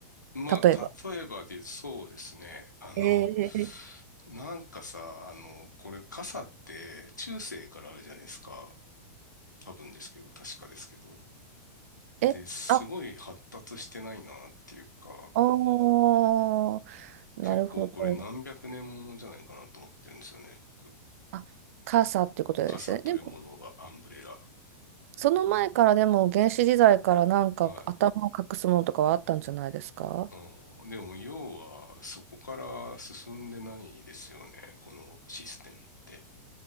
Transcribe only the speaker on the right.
例えば。
えー
え、
あ、おー、なるほど。
あ、傘っていうことですよね。
でもその前からでも原始時代からなんか頭を隠すものとかはあったんじゃないですか